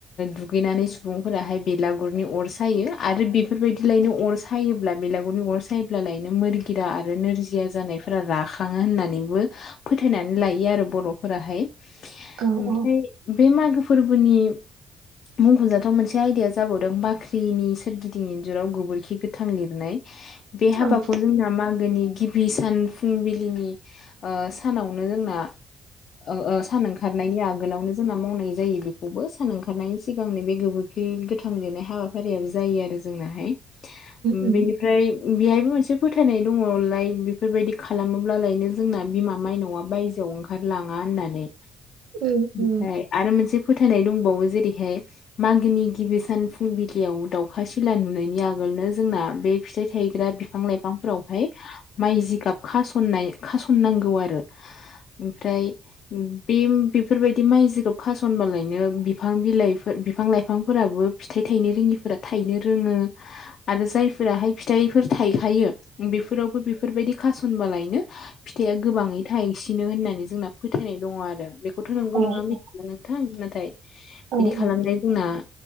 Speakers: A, on the left (about 65°); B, on the right (about 75°).
A: दुगैनानै सुबुंफोराहाय बेलागुरनि अर सायो आरो बेफोरबायदिलायनो अर सायो सायोब्ला बेलागुरनि अर सायोब्लालायनो मोरगिदा आरो नोरजिया जानायफोरा राखा खाङो होननानैबो फोथायनानै लायो आरो बर'फोराहाय
B: औ
A: ओमफ्राय
B: औ
A: बे मागो फोरबोनि मुंख'जाथाव मोनसे आयदाया जाबावदों बाख्रिनि सोरगिदिं इन्जुराव गोबोरखि गोथां लिरनाय बे हाबाखौ
B: उम
A: जोंना मागोनि गिबि सान फुंबिलिनि ओ सानावनो जोंना ओ ओ सान ओंखारनायनि आगोलावनो जोंना मावनाय जायो बेखौबो सान ओंखारनायनि सिगांनो बे गोबोर खि गोथां लिरनाय हाबाफारियाबो जायो आरो जोंनाहाय
B: उम
A: बेनिफ्राय बेहायबो मोनसे फोथायनाय दङलाय बेफोरबायदि खालामोब्लालायनो जोंना बिमा माइनावआ बायजोआव ओंखारलाङा होननानै
B: उम उम
A: ओमफ्राय आरो मोनसे फोथायनाय दंबावो जेरैहाय मागोनि गिबि सान फुंबिलियाव दाउखा सिला नुनायनि आगोलनो जोंना बे फिथाइ थायग्रा फि बिफां लाइफांफोरावहाय माइ जिगाब खासननाय खासननांगौ आरो ओमफ्राय बे बेफोरबायदि माइ जिखौ खास'नबालायनो बिफां बिलाइफोर बिफां लाइफांफोराबो फिथाइ थायनो रोङिफोरा थायनो रोङो आरो जायफोराहाय फिथाइफोर थाइखायो बेफोरावबो बेफोरबायदि खासनबालायनो फिथाइआ गोबाङै थाइसिनो होननानै जोंना फोथायनाय दङ आरो बेखौथ' नंगौ
B: औ
A: नङा मिथिला
B: औ
A: थों नाथाय
B: उम
A: बिदि खालामनाय जोंना